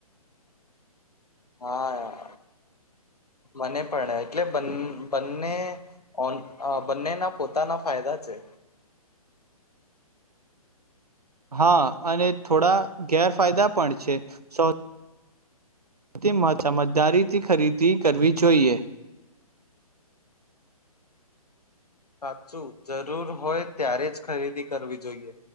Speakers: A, on the left (about 85°); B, on the right (about 80°).
A: હા મને પણ એટલે બંને બંને ઓન બઃન્નેનાં પોતાના ફાયદા છે
B: હા અને થોડા ગેરફાયદા પણ છે. સ તેમજ સમજદારીથી ખરીદી કરવી જોઈએ.
A: સાચું, જરૂર હોય ત્યારે જ ખરીદી કરવી જોઈએ,